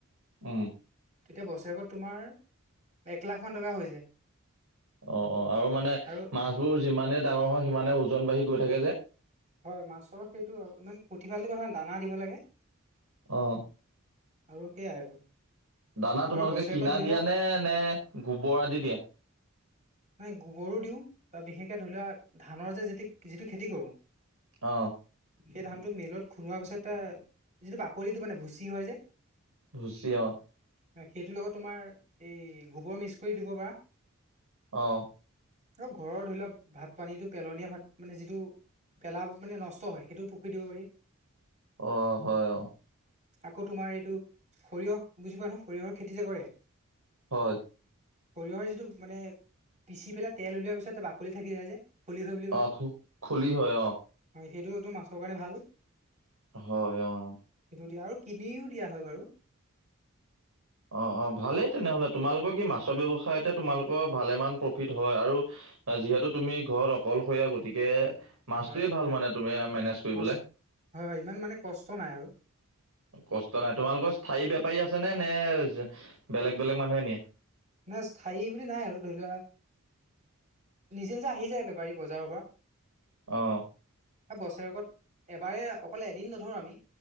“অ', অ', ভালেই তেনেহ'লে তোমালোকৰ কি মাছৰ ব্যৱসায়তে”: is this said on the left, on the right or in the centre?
Right